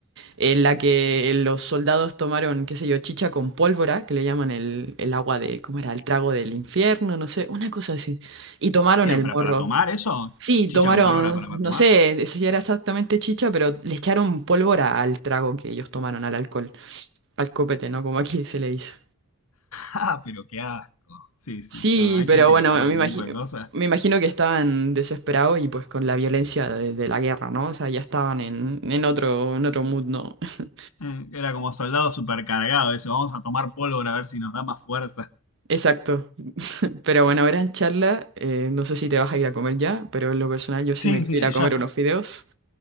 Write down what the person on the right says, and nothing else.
en la que los soldados tomaron, qué sé yo, chicha con pólvora, que le llaman el, el agua de, ¿cómo era? El trago del infierno, no sé, una cosa así. Y tomaron
el
morro.
Sí, tomaron,
no
sé si era exactamente chicha, pero le echaron pólvora al trago que ellos tomaron, al alcohol, al copete, ¿no? Como aquí se le dice.
Sí,
pero
bueno,
me
imagino,
me imagino que estaban desesperados y pues con la violencia de, de la guerra, ¿no? O sea, ya estaban en, en otro, en otro mood, ¿no? <laughs>
Exacto. Pero bueno, gran charla. eh, no sé si te vas a ir a comer ya, pero en lo personal yo sí
me quiero
ir a
comer unos fideos.